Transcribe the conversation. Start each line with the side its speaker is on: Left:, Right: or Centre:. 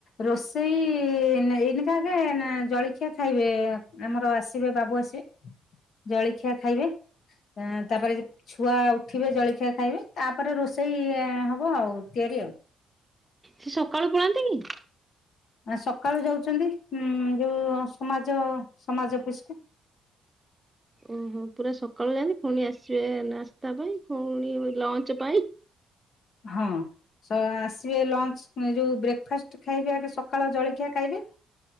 Left: ରୋଷେଇ ଏଇନିକା ଆଗେ ନା ଜଳଖିଆ ଖାଇବେ ଆମର ଆସିବେ ବାବୁ ଆସିବେ। ଜଳିଖିଆ ଖାଇବେ ତାପରେ ଛୁଆ ଉଠିବେ ଜଳଖିଆ ଖାଇବେ ତାପରେ ରୋଷେଇ ହବ ଆଉ ତିଆରି ଆଉ।
Right: ସେ ସକାଳୁ ପଳାନ୍ତି କି?
Left: ସକାଳୁ ଯାଉଚନ୍ତି ଉଁ ଯୋଉ ସମାଜ ସମାଜ ଅଫିସକୁ।
Right: ଓହୋ ପୁରା ସକାଳୁ ଯାଆନ୍ତି ପୁଣି ଆସିବେ ନାସ୍ତା ପାଇଁ ପୁଣି ଲଞ୍ଚ ପାଇଁ
Left: ହଁ ସ ଆସିବେ ଲଞ୍ଚ ଯଉ ବ୍ରେକ୍ଫାଷ୍ଟ ଖାଇବେ ଆଗେ ସକାଳ ଜଳଖିଆ ଖାଇବେ